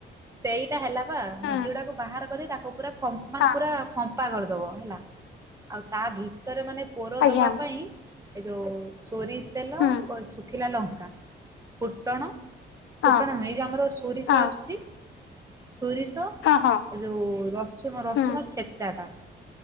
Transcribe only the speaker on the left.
ହୁଁ
ହଁ
ଆଜ୍ଞା
ହୁଁ
ହଁ
ହଁ
ହଁ, ହଁ।
ହୁଁ